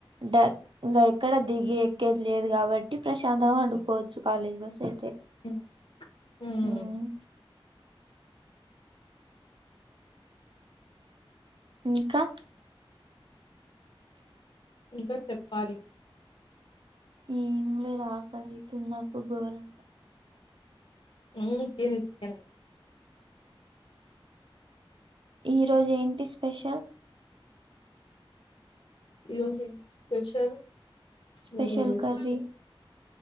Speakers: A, on the right; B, on the left.
A: డ ఇంగా ఎక్కడ దిగి ఎక్కేది లేదు కాబట్టి ప్రశాంతంగా పండుకోవచ్చు కాలేజ్ బస్ అయితే
B: హ్మ్
A: ఉమ్. ఇంకా
B: ఇంకా చెప్పాలి
A: ఏంలే ఆకలి అయితుంది నాకు ఘోరం
B: హ్మ్ తిను తిను
A: ఈరోజ ఏంటి స్పెషల్
B: ఈరోజు ఏం స్పెషల్
A: స్పెషల్
B: నువేంది
A: కర్రీ
B: స్పెషల్